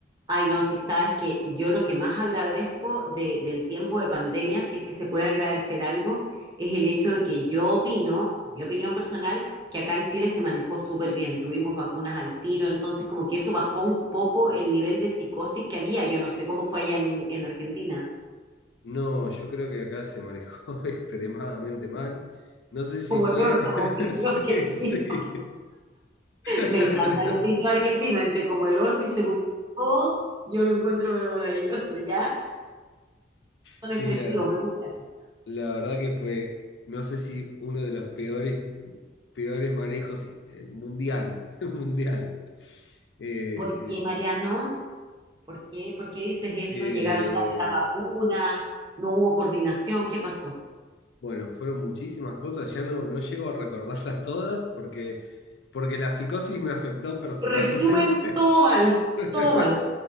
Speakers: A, on the right; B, on the left.
A: Ay, no, si sabes que yo lo que más agradezco de- del tiempo de pandemia, si es que se puede agradecer algo, es el hecho de que yo opino, mi opinión personal, que acá en Chile se manejó súper bien, tuvimos vacunas al tiro, entonces como que eso bajó un poco el nivel de psicosis que había, yo no sé cómo fue allá en, en Argentina.
B: No, yo creo que acá se manejó <laughs> extremadamente mal. No sé si
A: Como
B: fue...
A: el orto,
B: <laughs>
A: como dicen
B: Sí,
A: los argentinos.
B: sí. <laughs>
A: Me encantan los dichos argentinos, entre como el orto y se publicó, yo lo encuentro pero maravilloso, ¿ya? Son
B: Sí,
A: expresivos,
B: la,
A: me gusta eso.
B: la verdad que fue, no sé si uno de los peores, peores manejos eh, mundial, <laughs> mundial. Eh,
A: ¿Por
B: sí,
A: qué,
B: sí,
A: Mariano?
B: sí.
A: ¿Por qué? ¿Por qué dices eso?
B: Eh,
A: ¿Llegaron tarde las vacunas? ¿No hubo coordinación? ¿Qué pasó?
B: bueno, fueron muchísimas cosas, ya no, no llego a recordarlas todas porque, porque la psicosis me afectó personalmente.
A: Resumen, todo mal,
B: <laughs>
A: todo mal.